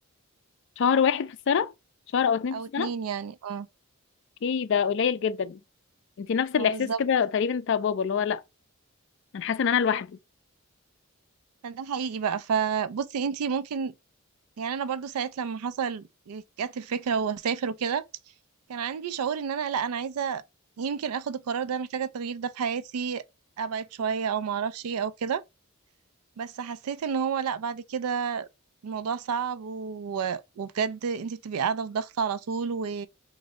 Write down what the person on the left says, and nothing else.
شهر واحد في السنه شهر او اتنين في
السنه
اوكي ده قليل جدا انت نفس
الاحساس
كده تقريبا بتاع بابا اللي هو لا انا حاسه ان انا لوحدي